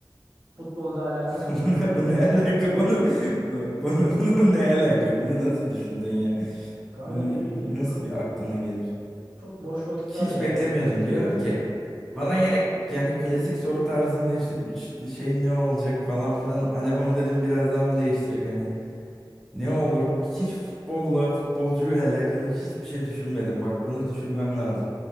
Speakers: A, on the right (about 75°); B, in the centre.
A: Futbolda alakan
B: <laughs>
A: olduğunu
B: Bu ne,
A: biliyorum.
B: bu ne alaka? Bunu, bu- bunu, <laughs> bunu, bu ne alaka? Bunu nasıl düşündün ya?
A: Kanka
B: Bunu
A: ne bileyim.
B: nasıl
A: k-
B: bir aklına gelir?
A: Çok boş vakit
B: Hiç
A: var ya
B: beklemiyordum.
A: herhalde ondan.
B: Diyorum ki bana yine yani klasik soru tarzında işte üç şey ne olacak falan filan. Hani onu dedim biraz daha mı değiştirek hani ne olur? Bu hiç futbolla futbolcuyla alakalı hiçbir şey düşünmedim. Bak bunu düşünmem lazım.